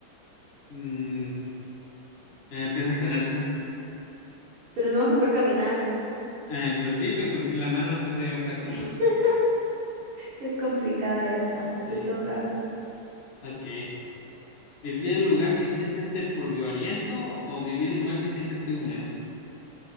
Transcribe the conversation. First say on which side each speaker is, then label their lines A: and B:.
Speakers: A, on the left; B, on the right.
A: mm, eh, pero de gelatina.
B: Pero no vas a poder caminar.
A: Eh, pero sí, pero con, sin la mano no podría usar
B: <laughs>
A: cosas.
B: Es complicada esta.
A: Sí,
B: Te toca.
A: ok. ¿Vivir en un lugar que siempre esté polvoriento o vivir en un lugar que siempre esté húmedo?